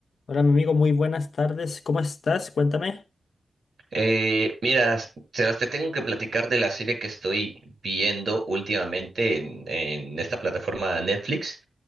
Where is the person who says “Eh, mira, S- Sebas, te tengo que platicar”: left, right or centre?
Right